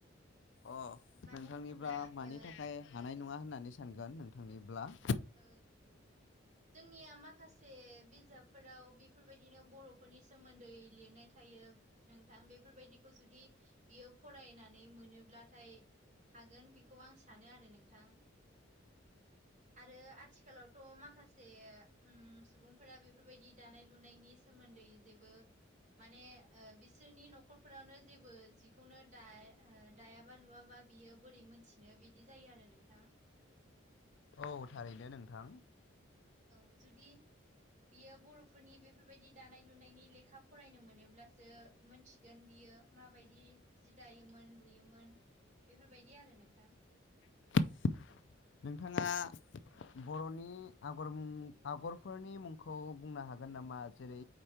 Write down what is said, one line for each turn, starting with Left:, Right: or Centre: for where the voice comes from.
Left: अ
Right: मानो
Left: नोंथांनिब्ला
Right: होनोब्ला
Left: मानि
Right: ओ
Left: थाखाय हानाय नङा होननानै सानगोन नोंथांनिब्ला
Right: ओ जोंनिया माखासे बिजाबफोराव बेफोरबायदिनो बर'फोरनि सोमोन्दै लिरनाय थायो नोंथां बेफोरबायदिखौ जुदि बियो फरायनानै मोनोब्लाथाय हागोन बेखौ आं सानो आरो नोंथां। आरो आथिखालावथ' माखासे ओमसुबुंफोरा बेफोरबायदि दानाय लुनायनि सोमोन्दै जेबो माने ओ बिसोरनि न'खरफोरावनो जेबो जिखौनो दा ओ दायाबा लुवाबा बियो बोरै मोनथिनो बिदि जायो आरो नोंथां।
Left: औ थारैनो नोंथां।
Right: औ जुदि बियो बर' बेफोरबायदि दानाय लुनायनि लेखा फरायनो मोनोब्लासो मोनथिगोन बियो माबायदि जि दायोमोन लुयोमोन बेफोरबायदि आरो नोंथां।
Left: <unintelligible> नोंथाङा बर'नि आगर मुं आगरफोरनि मुंखौ बुंनो हागोन नामा जेरै